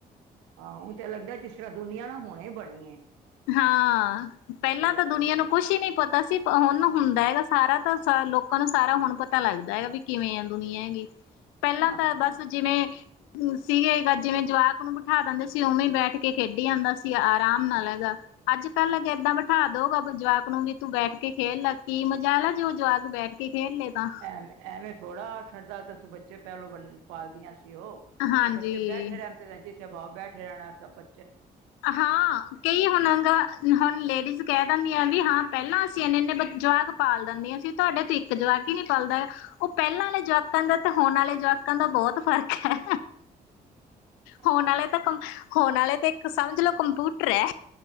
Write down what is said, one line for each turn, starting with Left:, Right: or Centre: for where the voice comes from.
Right: ਹਾਂ ਊ ਤੇ ਲੱਗਦਾ ਜਿਸ ਤਰ੍ਹਾਂ ਦੁਨੀਆਂ ਨਾ ਹੁਣੇ ਬਣੀ ਏ
Left: ਹਾਂ ਪੈਲਾਂ ਤਾਂ
Right: ਹੋ
Left: ਦੁਨੀਆਂ
Right: ਗਈਆਂ
Left: ਨੂੰ ਕੁੱਛ ਈ ਨੀ ਪ ਤਾਂ ਸੀ ਹੁਣ ਹੁੰਦਾ ਹੈਗਾ ਸਾਰਾ ਤਾਂ ਸ ਲੋਕਾਂ ਨੂੰ ਸਾਰਾ ਹੁਣ ਪਤਾ ਲੱਗਦਾ ਹੈਗਾ ਵੀ ਕਿਵੇਂ ਆ ਦੁਨੀਆਂ ਹੈਗੀ। ਪਹਿਲਾਂ
Right: ਹਾਂ
Left: ਤਾਂ ਬਸ
Right: ਹਾਂ
Left: ਜਿਵੇਂ ਸੀਗੇ ਗ ਜਿਵੇਂ ਜਵਾਕ ਨੂੰ ਬਿਠਾ ਦਿੰਦੇ ਸੀ ਓਵੇਂ ਈ ਬੈਠ ਕੇ ਖੇਡੀ ਜਾਂਦਾ ਸੀ ਆਰਾਮ ਨਾਲ ਹੈਗਾ। ਅੱਜ ਕੱਲ੍ਹ ਅੱਗੇ ਇੱਦਾਂ ਬਿਠਾ ਦੋਗਾ ਜਵਾਕ ਨੂੰ ਵੀ ਤੂੰ ਬੈਠ ਕੇ ਖੇਲ ਲਾ ਕੀ ਮਜ਼ਾਲ ਜੇ ਓ ਜਵਾਕ ਬੈਠ ਕੇ ਖੇਲ ਲਏ ਤਾਂ
Right: ਐਵੇ-ਐਵੇਂ ਥੋੜਾ ਛੱਡਦਾ ਦ ਬੱਚੇ ਪਹਿਲੋ ਬੰ ਪਾਲਦੀਆਂ ਸੀ। ਓ
Left: ਹਾਂਜੀ
Right: ਓ ਬੱਚੇ ਬੈਠੇ ਰਹਿੰਦੇ <unintelligible> <unintelligible> ਬੈਠੇ ਰੈਨਾ ਸਬ ਬ
Left: ਹਾਂ ਕਈ ਹੁਣ ਗ ਹੁਣ ਲੇਡੀਜ਼ ਕੈ ਦਨੀਆਂ ਵੀ ਹਾਂ ਪਹਿਲਾਂ ਅਸੀਂ ਇੰਨੇ ਇੰਨੇ ਜਵਾਕ ਪਾਲ ਦਿੰਦੀਆਂ ਸੀ ਤੁਹਾਡੇ ਤੋਂ ਇੱਕ ਜਵਾਕ ਈ ਨੀ ਪਲਦਾ ਓ ਪੈਲਾਂ ਆਲੇ ਜਵਾਕਾਂ ਦਾ ਹੁਣ ਆਲੇ ਜਵਾਕਾਂ ਦਾ ਬੋਤ ਫ਼ਰਕ ਐ ਹੁਣ
Right: ਹਾਂ
Left: ਆ ਲੇ ਤਾਂ ਕਮ ਹੁਣ ਆਲੇ ਤੇ ਸਮਝ ਲੋ ਕਮ ਟੂਟਰ ਐ